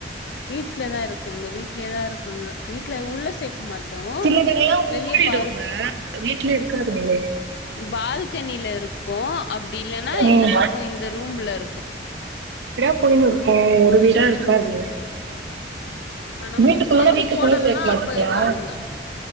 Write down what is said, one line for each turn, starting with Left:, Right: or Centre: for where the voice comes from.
Left: வீட்ல தான் இருக்குங்க வீட் வீட்லேதாயிருக்காங்க வீட்டுல உள்ள சேர்க்க மாட்டோம்
Right: சிலதுங்கெல்லா
Left: வெளிய
Right: ஓடிடுங்க
Left: பால்
Right: வீட்ல இருக்காதுங்ளே
Left: பால்கனில இருக் <unintelligible> அப்டி இல்லன்னா
Right: ம்
Left: இந்த பக்கம் இந்த ரூம்ல இருக்கும்
Right: <inaudible> இருக்கும் ஒரு வீடா இருக் காச
Left: ஆமா நம்ம
Right: வீட்டுக்குள்ள
Left: சோறு
Right: வீட்டுக்குள்ள
Left: போடலன்னா
Right: சேர்க்க மாட்டீங்களா
Left: போயிடுவாளுங்க